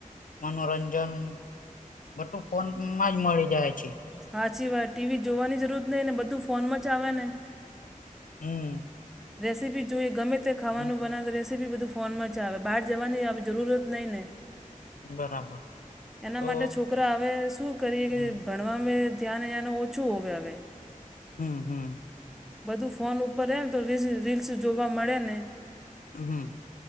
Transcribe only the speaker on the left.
મનોરંજન બધું ફોનમાં જ મળી જાય છે.
હમ.
હમ
બરાબર
તો
હમ
હમ, હમ.
હમ.